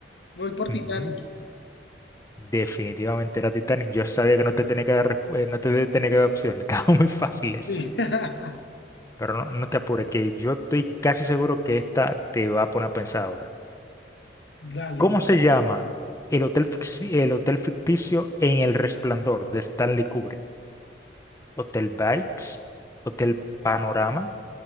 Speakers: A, on the left (about 75°); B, on the left (about 15°).
A: voy por
B: ujú.
A: Titanic.
B: Definitivamente era Titanic. Yo sabía que no te tenía que dar, resp- eh, no te tenía que dar opciones, <laughs> estaban muy fáciles.
A: Sí. <laughs>
B: Pero no, no te apures, que yo estoy casi seguro que esta te va a poner a pensar ahora.
A: Dale.
B: ¿Cómo se llama el hotel, fixi- el hotel ficticio en El Resplandor de Stanley Kubrick? ¿Hotel Bites? ¿Hotel Panorama?